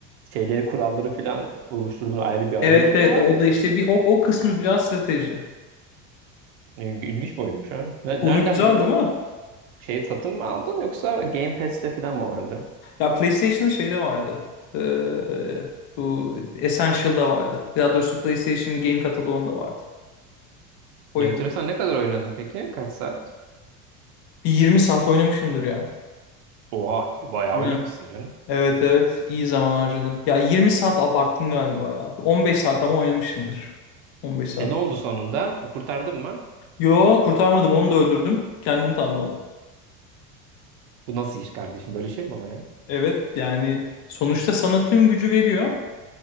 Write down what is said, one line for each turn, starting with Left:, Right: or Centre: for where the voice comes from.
Right: şeyleri kuralları falan oluşturduğun ayrı bir arayüz
Left: Evet
Right: mü
Left: evet.
Right: var
Left: O
Right: yok?
Left: da işte bir o, o kısmı biraz strateji.
Right: İl- İlginç bir oyunmuş ha. Ne-
Left: Konu
Right: Nereden
Left: güzel
Right: buldun?
Left: değil mi?
Right: Şeyi satın mı aldın yoksa Game Pass'te falan mı vardı?
Left: Ya PlayStation'ın şeyde vardı. Ee, bu Essential'da vardı. Daha doğrusu PlayStation'ın game kataloğunda vardı. Oyun
Right: Enteresan
Left: kataloğu.
Right: ne kadar oynadın peki? Kaç saat?
Left: Bir 20 saat oynamışımdır ya.
Right: Oha bayağı
Left: Hı.
Right: oynamışsın canım.
Left: Evet evet iyi zaman harcadım. Ya 20 saat abarttım galiba ya. 15 saat ama oynamışımdır. 15 saat.
Right: E ne oldu sonunda? E, Kurtardın mı?
Left: Yo kurtarmadım onu da öldürdüm. Kendim tanrı oldum.
Right: Bu nasıl iş kardeşim? Böyle şey mi olur ya?
Left: Evet yani sonuçta sana tüm gücü veriyor.